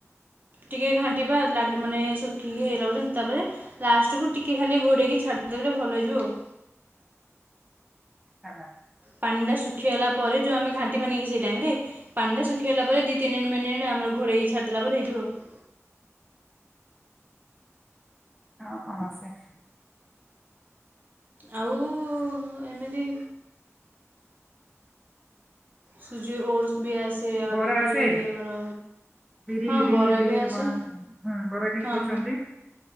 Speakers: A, on the right; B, in the centre.
A: ଟିକେ ଘାଣ୍ଟିବା ଲାଗି ମାନେ ଶୁଖିକି ହେଲା ପ ତାପରେ ଲାଷ୍ଟକୁୁ ଟିକେ ଖାଲି ଘୋଡେଇକି ଛାଡିଦେଲେ ଭଲ ହେଇଯିବ ଆଉ।
B: କାହ୍ନା।
A: ପାଣି ଟା ଶୁଖିଗଲା ପରେ ଯୋଉ ଆମେ ଘାଣ୍ଟିିବାନି କି ସେଇ ଟାଇମରେ ପାଣି ଟା ଶୁଖିଗଲା ପରେ ଦି ତିନିି ମିନି ନେ ଆମର ଘରେଇକି ଛାଦଲା ପରେ ହେଇଯିବ ଆଉ।
B: ଆଉ କୌଣସି
A: ଆଉ ଏମିତି ସୁଝି ଓର୍ ବି ଆସେ ଆଉ
B: ବରା
A: ବାକି
B: ଆସେ
A: ଆମର
B: ବିରି
A: ହଁ
B: ବିରି
A: ବରା
B: ବିରି
A: ବି ଆସେ
B: ବରା ହଁ ବରା କି
A: ହଁ
B: କରୁଚନ୍ତି।